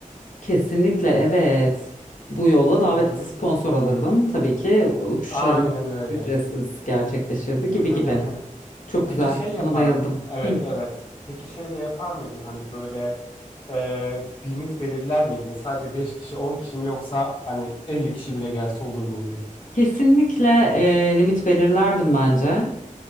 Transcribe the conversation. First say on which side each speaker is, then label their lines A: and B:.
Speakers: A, on the left; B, on the left.
A: Kesinlikle evet. Bu yolla davet
B: Hı hı.
A: sponsor alırdım. Tabii ki uçuşlarımız
B: Aynen öyle.
A: ücretsiz gerçekleşirdi gibi
B: Hı hı
A: gibi.
B: hı. hı.
A: Çok
B: Peki
A: güzel.
B: şey yapar
A: Buna bayıldım.
B: m- Evet,
A: Hı.
B: evet. Peki şey de yapar mıydın hani böyle e, limit belirler miydin? Sadece 5 kişi, 10 kişi mi yoksa hani 50 kişi bile gelse olur muydu?
A: Kesinlikle e, limit belirlerdim bence.